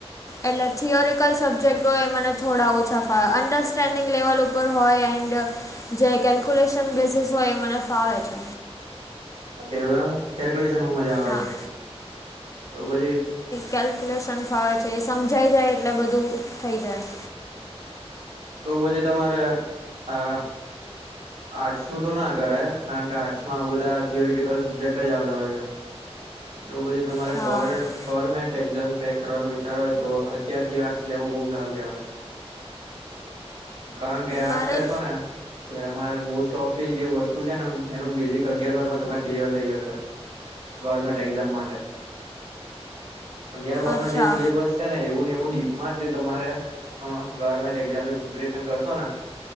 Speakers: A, on the left (about 30°); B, on the right (about 80°).
A: એટલે થીયરિકલ સબ્જેક્ટ હોય એ મને થોડા ઓછા ફાવે અંડરસ્ટેન્ડિંગ લેવલ ઉ હોય એન્ડ જે કેલ્ક્યુલેશન બેસીસ હોય એ મને ફાવે છે.
B: એ એમ કેલ્ક્યુલેશન મજા આવે
A: હા
B: છે તો પછી.
A: કેલ્ક્યુલેશન્ ફાવે છે એ સમજાઈ જાય એટલે બધું થઈ જાય.
B: તો પછી તમારે આ આર્ટ્સ નું તો ના કરાય કારણ કે આર્ટ્સ માં બધા થથીયોરટિકલ સબ્જેક્ટ જ આવતા હોય છે. તો પછી તમારા
A: હા
B: ગવર્નર. ગવર્મેન્ટ એક્ઝામ ક્રેક કરવાનો વિચારો હોય તો અત્યારથી આર્ટ્સ લેવું બહુ સારું કહેવાય. કારણ કે આર્ટસ
A: મારા
B: લેેશો ને મારે મોસ્ટ ઓફ લી જે વસ્તુ છે ને એનું બેઝિક અગિયાર બમાં તમે ક્લિયર થઈ જશે. ગવર્મેન્ટ એક્ઝામ માટે અગ્યાર બારનો
A: અચ્છા
B: જે સિલેબસ ને એવું ને એવું ડીપમાં જ જે તમારે ગવર્મેન્ટ એઝામની પ્રિપેરેશન કરશો ને.